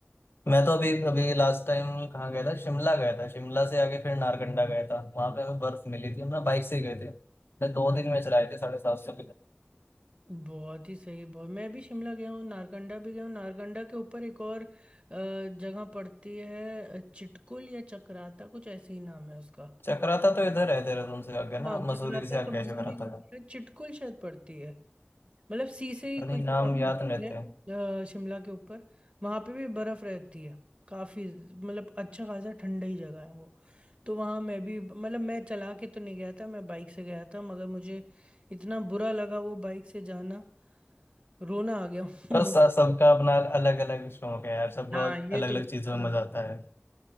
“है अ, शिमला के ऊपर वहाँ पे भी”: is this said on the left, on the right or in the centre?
Right